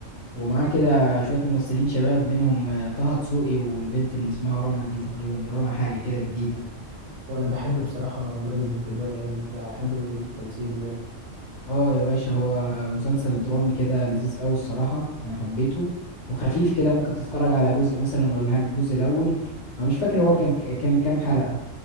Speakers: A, on the left; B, on the right.
A: ومعاه كده شوية ممثلين شباب منهم آه، طه دسوقي والبنت اللي اسمها رنا دي تقريبا رنا حاجة كده جديدة
B: وانا بحب بصراحه ماجد الكدواني قوي بحب تمثيله يعني
A: اه يا باشا هو مسلسل درامي كده لذيذ قوي الصراحة انا حبيته وخفيف كده ممكن تتفرج على جزء مثلا ولا حاجة الجزء الاول انا مش فاكر هو كان كان كام حلقة